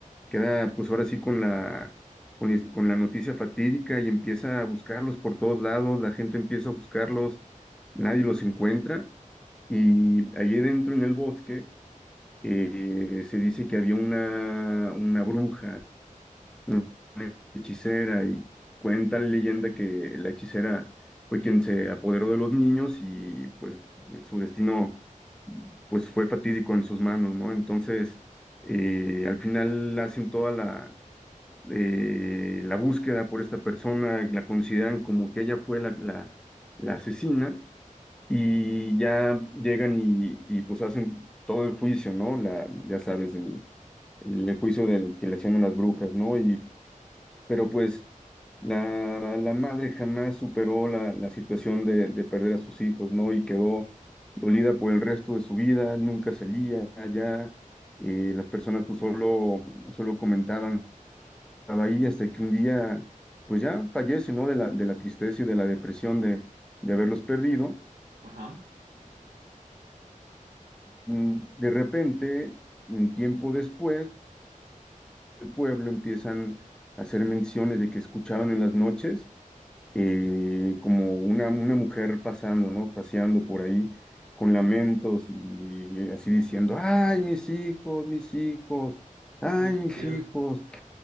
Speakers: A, in the centre; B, on the right.
A: Queda pues ahora sí con la, con, is- con la noticia fatídica y empieza a buscarlos por todos lados, la gente empieza a buscarlos, nadie los encuentra y allí dentro en el bosque eh, se dice que había una, una bruja, una hechicera, y cuenta la leyenda que la hechicera fue quien se apoderó de los niños y pues su destino pues fue fatídico en sus manos, ¿no? Entonces, eh, al final hacen toda la, eh, la búsqueda por esta persona, la consideran como que ella fue la, la, la asesina y ya llegan y, y, pues hacen todo el juicio, ¿no? La, ya sabes, el, el juicio de que le hacían a las brujas, ¿no? Y, pero pues la, la madre jamás superó la, la situación de, de perder a sus hijos, ¿no? Y quedó dolida por el resto de su vida, nunca salía allá, eh, las personas pues solo, solo comentaban, estaba ahí hasta que un día, pues ya fallece, ¿no? De la, de la tristeza y de la depresión de, de haberlos perdido.
B: ajá.
A: Mm, De repente, un tiempo después, el pueblo empiezan a hacer menciones de que escuchaban en las noches eh, como una, una mujer pasando, ¿no? Paseando por ahí con lamentos y, así diciendo, ay, mis hijos, mis hijos, ay,
B: Ay, qué
A: mis
B: miedo.
A: hijos.